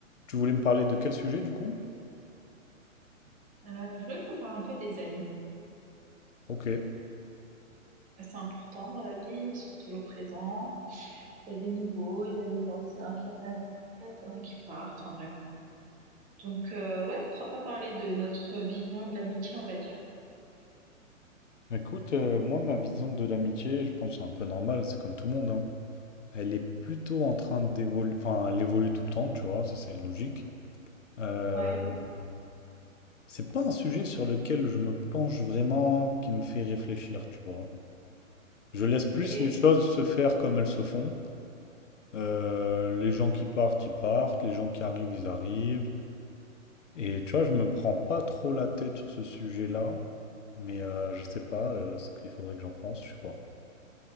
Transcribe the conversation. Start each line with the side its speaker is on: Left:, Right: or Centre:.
Left: Tu voulais me parler de quel sujet du coup?
Right: Euh, je voulais qu'on parle un peu des amis.
Left: Ok.
Right: C'est important dans la vie, ils sont toujours présents. Il y a des nouveaux, il y a des anciens qui restent, il y en a qui partent, enfin bref. Donc, euh, ouais, pourquoi pas parler de notre vision de l'amitié, on va dire.
Left: Écoute, euh, moi, ma vision de l'amitié, je pense, c'est un peu normal, c'est comme tout le monde, hein. Elle est plutôt en train d'évoluer, enfin, elle évolue tout le temps, tu vois, ça c'est logique. Euh,
Right: Ouais,
Left: Mhm. c'est pas un sujet sur lequel je me penche vraiment, qui me fait réfléchir, tu vois. Je laisse plus
Right: ok.
Left: les choses se faire comme elles se font. Euh, les gens qui partent, ils partent, les gens qui arrivent, ils arrivent. Et tu vois, je me prends pas trop la tête sur ce sujet-là, mais euh, je sais pas euh, ce qu'il faudrait que j'en pense, je sais pas.